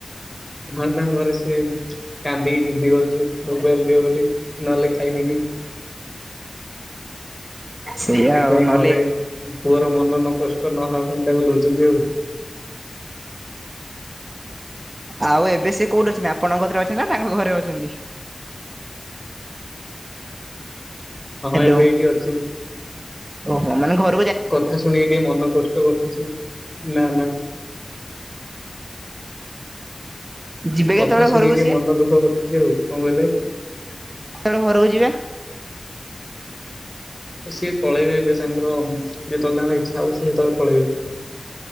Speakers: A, in the centre; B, on the right (about 40°).
A: ହଁ ତାଙ୍କ ଘରେ ସିଏ କାନ୍ଦିକି ଜିଦି କରୁଚି ମୋବାଇଲ ଦିଅ ବୋଲି ନହେଲେ ଖାଇମିନି।
B: ସେଇଆ
A: ସେଥିପାଇଁ
B: ଆଉ ନହେଲେ
A: ଘରେ ପୁଅର ମନ ନକଷ୍ଟ ନହବା ପାଇଁ ତାକୁ ଦଉଚନ୍ତି ଆଉ।
B: ଆଉ ଏବେ ସେ କୋଉଠି ଅଛନ୍ତି? ଆପଣଙ୍କ କତିରେ ଅଛନ୍ତି ନା ତାଙ୍କ ଘରେ ଅଛନ୍ତି।
A: ହଁ
B: ହ୍ୟାଲୋ
A: ଏବେ ଏଇଠି ଅଛି
B: ଓହୋ ମାନେ ଘ
A: କଥା ଶୁଣିକି ଟିକେ ମନ କଷ୍ଟ କରଚି ସିଏ ନା ନା।
B: ଯିବେ
A: କଥା
B: କେତେବେଳେ
A: ଶୁଣିକି
B: ଘରକୁ
A: ଟିକେ
B: ସିଏ
A: ମନ ଦୁଃଖ କରୁଚି ସିଏ ଆଉ, କଣ କହିଲେ?
B: କେତେବେଳେ ଘରକୁ ଯିବା?
A: ସିଏ ପଳେଇବେ ଏବେ ତାଙ୍କର ଯେତେବେଳେ ତାଙ୍କର ଇଚ୍ଛା ହବ ସିଏ ହେତେବେଳେ ପଳେଇବେ।